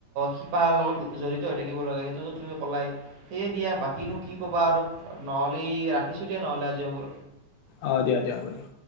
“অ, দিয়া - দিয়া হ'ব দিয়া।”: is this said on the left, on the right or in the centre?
Left